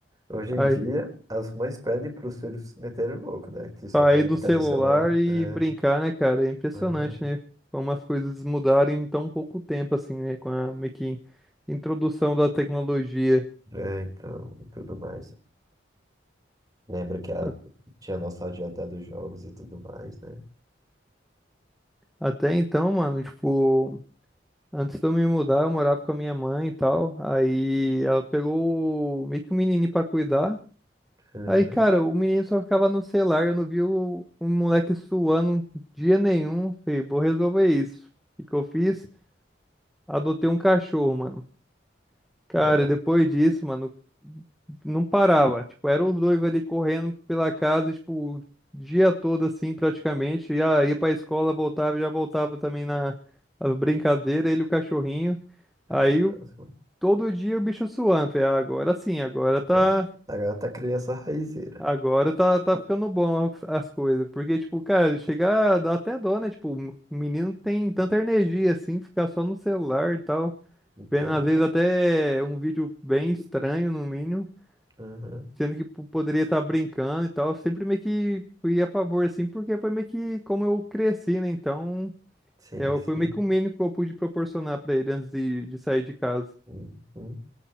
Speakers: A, on the right; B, in the centre.
A: Hoje em
B: aí,
A: dia, as mães pedem para os filhos meterem o louco, né? Que só
B: sair
A: querem
B: do
A: ficar
B: celular
A: no celular,
B: e
A: né?
B: brincar, né, cara? É impressionante,
A: Aham.
B: né? Como as coisas mudaram em tão pouco tempo, assim, né? Com a meio que introdução da tecnologia.
A: É, então, e tudo mais. Lembra que a,
B: A-
A: tinha a nossa dieta dos jogos e tudo mais, né?
B: Até então, mano, tipo. Antes de eu me mudar, eu morava com a minha mãe e tal. Aí ela pegou meio que um menininho pra cuidar.
A: Uhum.
B: Aí, cara, o menino só ficava no celular. Eu não vi o, o moleque suando um dia nenhum. Falei, vou resolver isso. O que que eu fiz? Adotei um cachorro, mano.
A: Que
B: Cara,
A: massa.
B: depois disso, mano, não parava. Tipo, eram os dois ali correndo pela casa, tipo, o dia todo assim, praticamente. Já ia pra escola, voltava, já voltava também na as brincadeiras, ele e o cachorrinho.
A: É,
B: Aí
A: que massa. mano.
B: Todo dia o bicho suando. Falei, "Ah, agora sim, agora tá.
A: Ah, agora tá criança raizeira.
B: Agora tá, tá ficando bom as as coisas. Porque, tipo, cara, chegar dá até dó, né? Tipo, o menino tem tanta energia assim, ficar só no celular e tal.
A: Então,
B: Vendo, às vezes, até um vídeo bem estranho, no mínimo.
A: uhum.
B: Sendo que po- poderia estar brincando e tal. Eu Sempre meio que fui a favor, assim, porque foi meio que como eu cresci, né? Então,
A: Sim,
B: é,
A: sim.
B: foi meio que o mínimo que eu pude proporcionar pra ele antes de, de sair de casa.
A: Uhum.